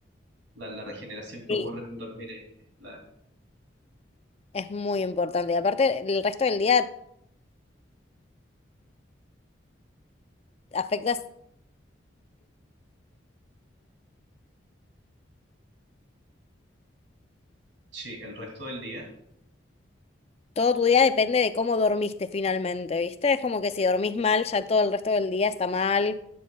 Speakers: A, on the right (about 85°); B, on the left (about 35°).
A: La, la regeneración que
B: Sí.
A: ocurre en el dormir es es clave.
B: Es muy importante. Y aparte, el resto del día afecta,
A: Sí, el resto del día.
B: todo tu día depende de cómo dormiste finalmente, ¿viste? Es como que si dormís mal, ya todo el resto del día está mal,